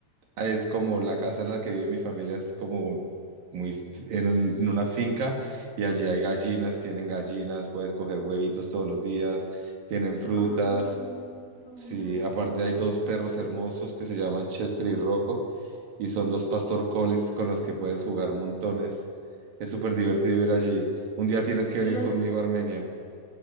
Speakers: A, on the right; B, on the left.
A: es como la casa en la que vive mi familia es como muy f- en, un- en una finca y allí hay gallinas, tienen gallinas, puedes coger huevitos todos los días, tienen frutas.
B: Ay, qué bonito.
A: Sí, aparte hay dos perros hermosos que se llaman Chester y Rocco y son dos pastor colis con los que puedes jugar montones. Es súper divertido ir allí. Un día tienes que venir
B: Y los...
A: conmigo a Armenia.